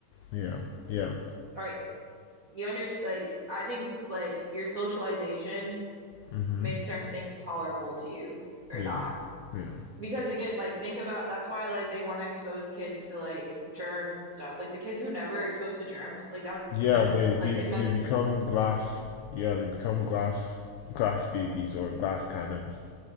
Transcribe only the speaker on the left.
yeah, yeah,
mm-hmm,
yeah,
yeah.
Yeah,
they,
they
they
become glass. Yeah, they become glass glass babies or glass cannons.